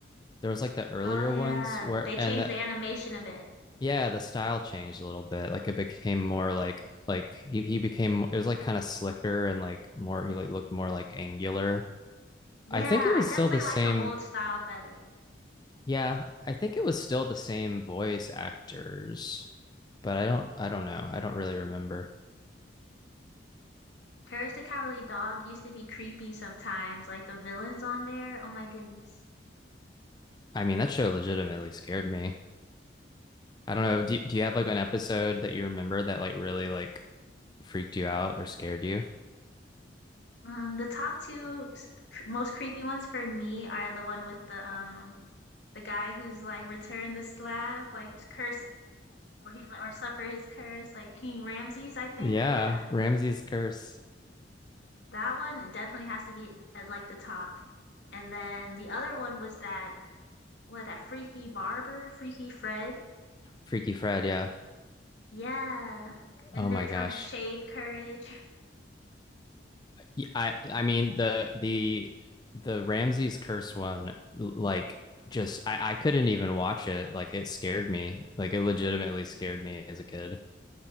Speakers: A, on the left; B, on the left.
A: There was like the earlier
B: Oh yeah,
A: ones where
B: they changed
A: and the
B: the animation a bit.
A: Yeah, the style changed a little bit. Like it became more like like he he became it was like kind of slicker and like more he like looked more like angular.
B: Yeah,
A: I think it was
B: I definitely
A: still the same.
B: like the old style better.
A: Yeah, I think it was still the same voice actors, but I don't I don't know. I don't really remember.
B: Courage the Cowardly Dog used to be creepy sometimes, like the villains on there. Oh my goodness.
A: I mean, that show legitimately scared me. I don't know. Do, do you have like an episode that you remember that like really like freaked you out or scared you? <laughs>
B: Um, the top two s- cr- most creepy ones for me are the one with the um the guy who's like returned the slab, like his curse, or he's like or suffer his curse, like King Ramses, I think.
A: Yeah,
B: Yeah,
A: Ramsey's Curse.
B: that one definitely has to be at like the top. And then the other one was that what that freaky barber, Freaky Fred.
A: Freaky Fred, yeah.
B: Yeah, and
A: Oh
B: they're
A: my
B: trying
A: gosh.
B: to shave courage. <laughs>
A: Y- I I mean the the the Ramses curse one like just I I couldn't even watch it. Like it scared me. Like it legitimately scared me as a kid.